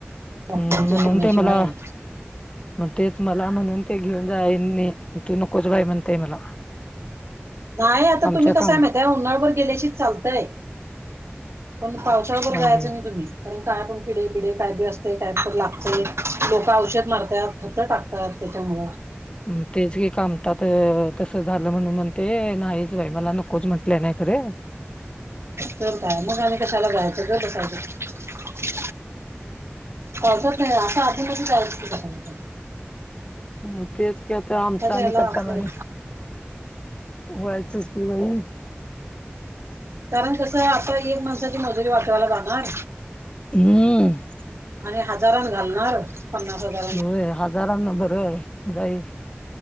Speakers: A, on the right; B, on the left.
A: मोठ्यांच्या
B: म्हणून
A: सल्ल्याशिवाय.
B: ते मला मग तेच मला म्हणून ते घेऊन जाई नाही तू नकोच बाय म्हणतय मला.
A: नाही आता
B: आमच्या
A: तुम्ही कसं
B: काम
A: आहे माहित आहे उन्हाळबर गेल्याशी चालतंय. पण पावसाळ्याबर जायचं
B: आणि
A: नाही तुम्ही. कारण काय पण किडे पिडे काय बी असतय काय तर लागतय. लोक औषध मारतात फक्त टाक तर त्याच्यामुळ.
B: हम्म. तेच ग कमतात तसं झालं म्हणून म्हणतय नाहीच बाई मला नकोच म्हण ल्या नही खरं.
A: तर काय मग आणि कशाला जायचं गप्प बसायच की? पावसात नाही. असं आधी मधी जायच की कशाला तर?
B: मग तेच की आत्ता आमचं आम्ही
A: याला
B: करताना
A: आपलं
B: आणि व्हायचंच की बई.
A: कारण कसं हे आता एक माणसाची मजुरी वाटायला जाणार
B: हम्म.
A: आणि हजारान घालणार. पन्नास हजा
B: होय. हजारांना बरं जाई